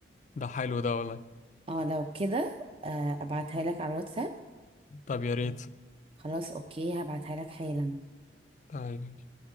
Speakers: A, on the left; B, on the right.
A: ده حلو ده والله
B: اه لو كده آه، ابعتها لك على الواتساب
A: طب يا ريت
B: خلاص اوكي هبعتها لك حالا
A: طيب